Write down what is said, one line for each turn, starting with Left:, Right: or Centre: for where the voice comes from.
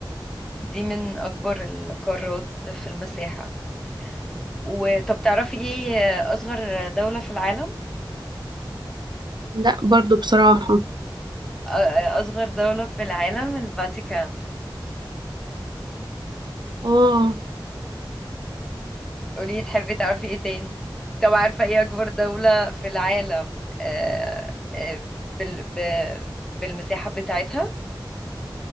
Centre: دي من اكبر القارات في المساحة وطب تعرفي ايه اصغر دولة في العالم
Right: لا برضو بصراحة
Centre: آه، أصغر دولة في العالم الفاتيكان
Right: اه
Centre: قولي تحبي تعرفي ايه تاني طب عارفة ايه أكبر دولة في العالم آه، آه، بال... ب... بالمساحة بتاعتها